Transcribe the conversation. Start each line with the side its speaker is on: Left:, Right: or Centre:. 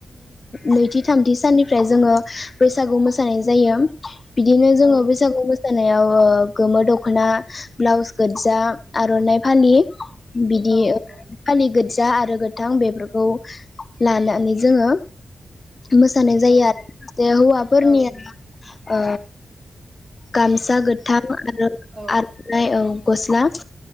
Left: नैथि थामथि साननिफ्राय जोंङो बैसागु मोसानाय जायो। बिदिनो जोंङो
Right: औ नंगौ औ नंगौ
Left: बैसागु मोसानायाव। ओ गोमो दखना ब्लाउस गोजा आरनाइ फालि। बिदि
Right: औ
Left: ओ फालि गोद जा आरो गोथां बेफोरखौ ला लानानै जोंङो मोसानाय जायो
Right: नंगौ
Left: आरो हौवाफोरनि
Right: औ नंगौ
Left: ओ गामसा गोथां आरो
Right: औ
Left: आर'नाइ औ गस्ला